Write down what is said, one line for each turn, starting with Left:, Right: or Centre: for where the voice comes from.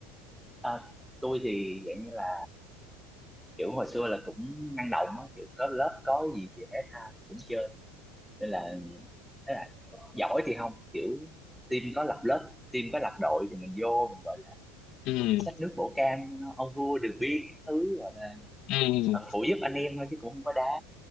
Centre: à, tôi thì dạng như là kiểu hồi xưa là cũng năng động á, kiểu có lớp có gì về thể thao cũng chơi nên là thế là giỏi thì không kiểu team có lập lớp team có lập đội thì mình vô mình gọi là
Left: ừ
Centre: xách nước bổ can ông vua đường biên các thứ gọi là
Left: ừ ừ
Centre: ờ, phụ giúp anh em thôi chứ cũng không có đá